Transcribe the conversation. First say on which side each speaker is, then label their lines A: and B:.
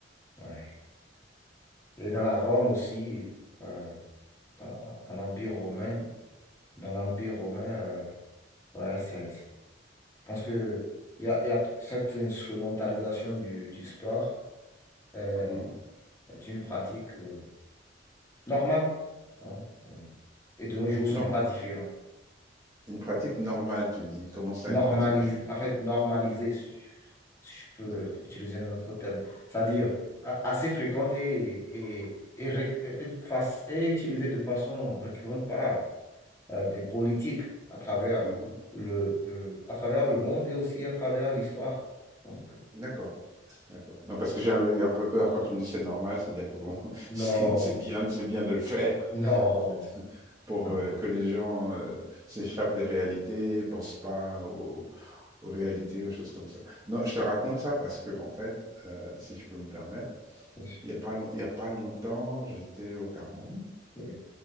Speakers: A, on the left; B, on the right.
A: ouais. Et dans la Rome aussi, euh, dans, dans l'Empire romain, dans l'Empire romain, euh, ouais, c'est, c'est- je pense que il y a, il y a t- cette instrumentalisation du, du sport euh,
B: mhm.
A: est une pratique euh, normale. hein. Et de nos jours,
B: Norm-
A: ce n'est pas différent.
B: une pratique normale, tu dis. Comment ça,
A: normaliser,
B: une pratique normale?
A: en fait, normaliser, si si je peux
B: D'accord.
A: utiliser un autre terme, c'est-à-dire a- assez fréquente et, et, et, ré- et de fac- et utilisée de façon récurrente par euh, des politiques à travers
B: Mmh
A: le, euh, à travers le monde et aussi à travers l'histoire. Donc, euh,
B: D'accord, d'accord. Non, parce que j'ai un un peu peur quand tu me dis: «C'est normal», c'est-à-dire que bon, <laughs>
A: non,
B: c'est c'est bien c'est bien de le faire,
A: non,
B: en fait, pour,
A: non.
B: heu, que les gens, heu, s'échappent des réalités, pensent pas aux aux réalités, aux choses comme ça. Non, je te raconte ça parce que en fait, heu, si je peux me permettre,
A: Oui,
B: il y a pas long il y a pas longtemps, j'étais au Cameroun
A: oui,